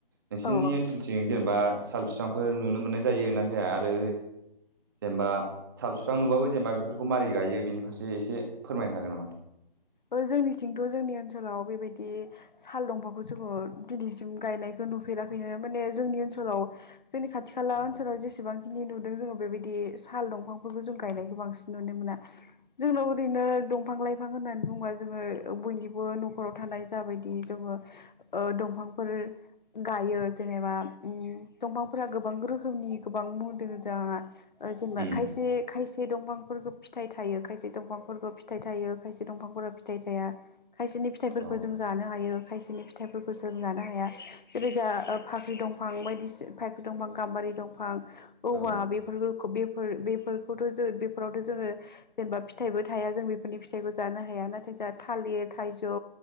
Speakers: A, on the right; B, on the left.
A: नोंसिनि
B: औ
A: ओनसोलथिं जेनेबा साल बिफांफोर नुनो मोननाय जायो ना जाया? आरो जेनेबा साल बिफां नुबाबो जेनेबा बेफोरखौ मारै गायो बेनि फारसे एसे फोरमायनो हागोन नामा?
B: अ जोंनिथिंथ' जोंनि ओनसोल ओनसोलाव बेबायदि साल दंफाखौ जोङो दिनैसिम गायनायखौ नुफेराखैनो। माने जोंनि ओनसोलाव ओनसोलाव जोंनि खाथि खाला
A: औ
B: ओनसोलाव जेसेबां नि नुदों जोङो बेबायदि साल दंफांफोरखौ जों गायनायखौ बांसिन नुनो मोना। जोंनाव ओरैनो दं दंफां लाइफां होननानै बुंङोबा जोङो बयनिबो न'खराव थानाय जाबायदि जोङो ओ दंफां फोर गायो जेनेबा दफांफोरा गोबां रोखोमनि गोबां जा जेनेबा
A: उम
B: खायसे खायसे दंफांफोरखौ फिथाइ थायो खायसे दंफांफोरखौ फिथाइ थायोव खायसे दंफांफोरा फिथाइ थाया। खायसेनि फिथाइफोरखौ
A: औ
B: जों जानो हायो। खायसेनि फिथाइफोरखौ सोंजानो हाया। जेरै जा फाख्रि दंफां बायदि फाख्रि दंफां गाम्बारि दंफां औवा
A: औ
B: बेफोरखौ बेफोर बेफोरखौथ' जों बेफोरावथ' जोङो जेनेबा फिथाइबो थाया। जों बे फोरनि फिथाइखौ जानो हाया नाथाय जोंहा थालिर थाइजौ